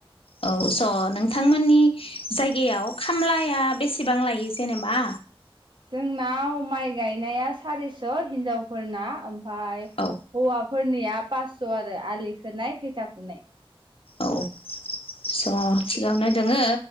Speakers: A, on the left; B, on the right.
A: औ स नोंथांमोननि जायगायाव खामलाया बेसेबां लायो जेनेबा
B: जोंनाव माइ गायनाया सारिस हिनजावफोरना ओम ओमफाय
A: औ
B: हौवाफोरनिया पास्स आरो आलि खोनाय खैथिया फुनाय
A: औ स थिगानो दोङो